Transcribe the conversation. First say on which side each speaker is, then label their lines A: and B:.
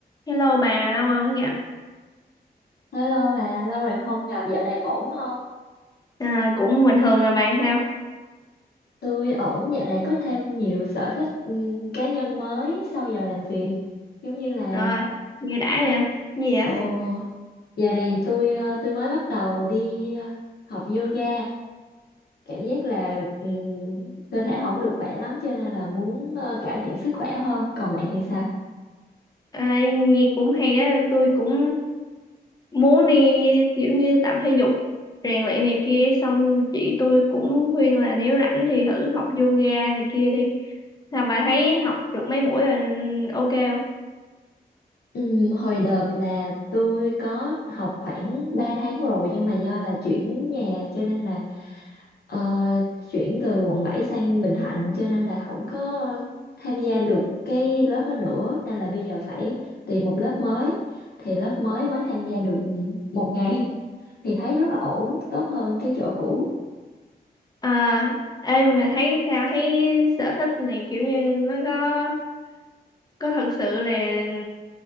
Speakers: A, on the left (about 25°); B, on the left (about 70°).
A: Hello bà, lâu rồi không gặp.
B: Hello bà, lâu rồi không gặp, dạo này ổn không?
A: À, cũng bình thường là bạn sao?
B: Tôi ổn, dạo này có thêm nhiều sở thích ừm, cá nhân mới sau giờ làm việc. Giống như là,
A: Rồi, nghe đã vậy. Gì vậy?
B: ồ, dạo này tôi ờ, tôi mới bắt đầu đi ờ, học yoga. Cảm giác là ừm, cơ thể không được khỏe lắm cho nên là muốn ờ, cải thiện sức khỏe hơn. Còn bạn thì sao?
A: À, nghe cũng hay á, tôi cũng muốn đi kiểu như tập thể dục, rèn luyện này kia. Xong chị tôi cũng khuyên là nếu rảnh thì thử học yoga này kia đi. Sao bà thấy học được mấy buổi rồi ok không?
B: Ừm, hồi đợt là tôi có học khoảng 3 tháng rồi nhưng mà do là chuyển nhà cho nên là Ờ, chuyển từ quận 7 sang Bình Thạnh cho nên là không có tham gia được cái lớp đó nữa nên là bây giờ phải tìm một lớp mới thì lớp mới mới tham gia được một ngày <laughs> thì thấy rất là ổn tốt hơn cái chỗ cũ
A: À, ê mà thấy sao thấy sở thích này kiểu như nó có có thật sự là